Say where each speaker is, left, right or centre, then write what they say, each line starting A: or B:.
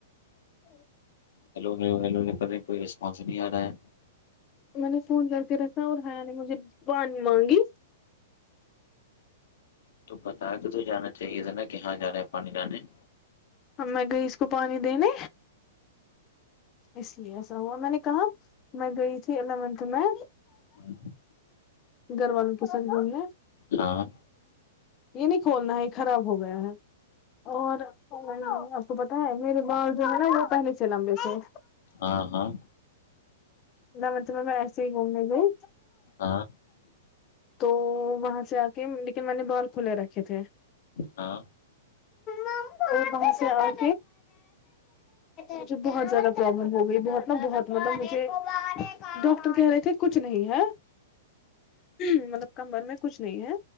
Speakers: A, on the left; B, on the left.
A: ہ
B: ہیلو ہیلو ہیلو یہ کر رہے ہیں کوئی رسپانس نہیں آ رہا ہے
A: میں نے فون کر کے رکھا اور ہایا نے مجھے پانی مانگی
B: تو پتا کہ تو جانا چاہیے تھا نا کہاں جانا ہے پانی جانے ہے
A: میں گئی اس کو پانی دینے اس لیے ایسا ہوا میں نے کہا میں گئی تھی الیونتھ میں
B: ہوں
A: گھر والوں کے سر بولے ہیں
B: ہاں
A: یہ نہیں کھولنا ہے یہ خراب ہو گیا ہے اور آپ کو پتا ہے میرے بال جو ہے نا وہ پہلے سے لمبے سے
B: ہاں ہاں
A: مطلب میں ایسے ہی گھومنے گوں
B: ہاں
A: تو وہاں سے آ کے لیکن میں نے بال کھلے رکھے تھے
B: ہاں
A: وہ سے اور مجھے بہت زیادہ پرابلم ہو گئی بہت نا بہت مطلب مجھے ڈاکٹر کہہ رہے تھے کچھ نہیں ہے مطلب کمبر میں کچھ نہیں ہے